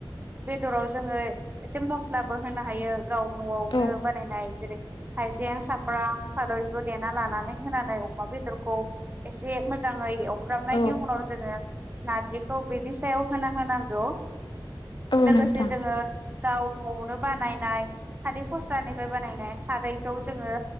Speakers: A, on the right; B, on the left.
A: बेदराव जोङो एसे मस्लाबो होनो हायो गाव न'आवनो
B: औ
A: बानायनाय जेरै हाइजें सामब्राम <unintelligible> देना लानानै होनानै अमा बेदरखौ एसे मो जाङै एवफ्रामनायनि
B: औ औ
A: उनाव जोङो नारजिखौ बेनि सायाव होना होनांगौ। लोगोसे
B: नोंथां
A: जोंङो गाव न'आवनो बानायनाय थालिर फस्लानिफ्राय बानायनाय खारैखौ जोङो